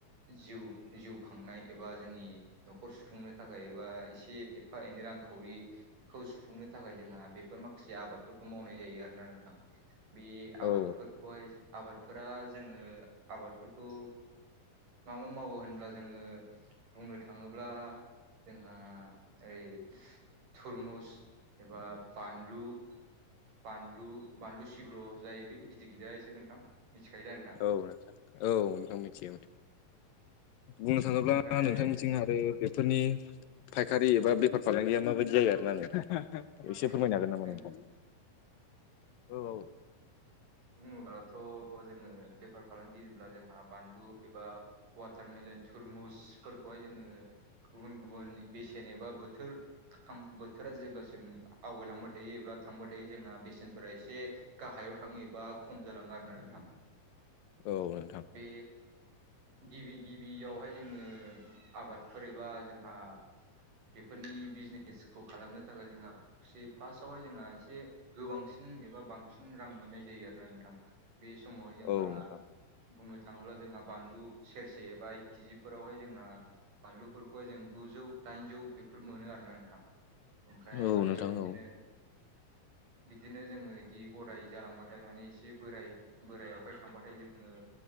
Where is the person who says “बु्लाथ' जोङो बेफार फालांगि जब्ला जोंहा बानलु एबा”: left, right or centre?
Right